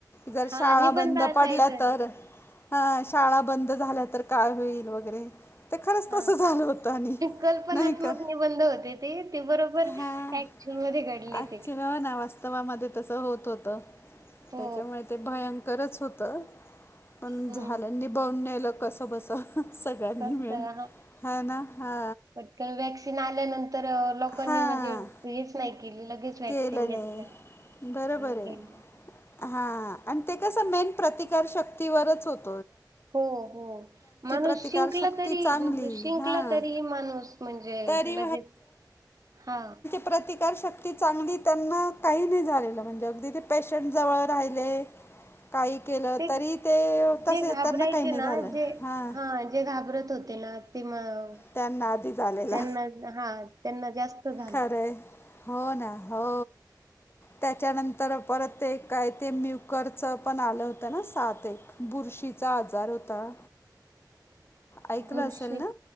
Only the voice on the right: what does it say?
हां
निबंध
असायचं
हां
कल्पनात्मक
निबंध ते. ते बरोबर
ऍक्च मध्ये घडले
ते.
हो
हम्म
कसं
कारण व्हॅक्सिन आल्यानंतर लोकांनी
म्हणजे हेच नाही केली. लगेच व्हॅक्सिन
घेतल्या.
हो गेलं.
हो हो माणूस
शिंकला तरी,
शिंकलं
तरी माणूस म्हणजे
लगेच. हा.
ते
जे
घाबरायचे
ना.
जे,
हा जे घाबरत होते ना. ती म
त्यांना हा त्यांना जास्त झालं
<inaudible>
बुरशी